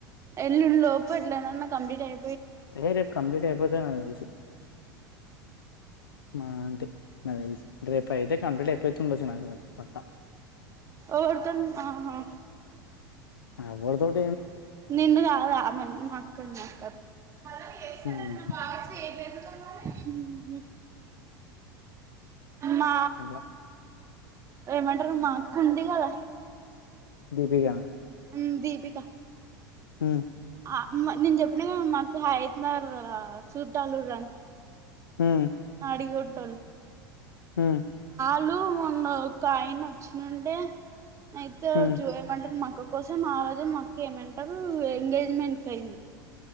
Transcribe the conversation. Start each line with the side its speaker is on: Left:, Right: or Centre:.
Right: ఎల్లుండ్ లోపు ఎట్లానన్నా కంప్లీట్ అయి
Left: ఏ రేపు కంప్లీట్ అయిపోతై నా దెల్షి మా అంటే నా దెల్సి రెపయితే కంప్లీట్ అయిపోతుండొచ్చు నాక్ తెల పక్క
Right: ఓరుతోన్ ఆహా
Left: ఆ ఎవ్వర్తోన్
Right: నిన్ను గాదు ఆమెని మా అక్కని ఆహ్. మళ్ళ యేస్తామని
Left: ఉమ్
Right: మా బావా చేయలేదుగా మరి. మ్మ్ మ్మ్ మా.
Left: మువా.
Right: ఏమంటరు మా ఆక్క ఉంది కదా
Left: దీపిక
Right: ఉమ్ దీపికా
Left: మ్మ్
Right: ఆహ్ నేను చెప్పిన కద మా అక్క హయత్ నగర్ సుట్టాలు ఉండ్రాని.
Left: ఉమ్.
Right: <unintelligible> పోతోల్
Left: ఉమ్.
Right: వాలు మొన్న ఒక ఆయన వచ్చినుండే అయితే
Left: ఉమ్
Right: జో ఏమంటరు మా అక్కకు. అందుకోసం ఆ రోజు మా‌ అక్క ఏమంటారు ఎంగేజ్మెంట్ అయింది.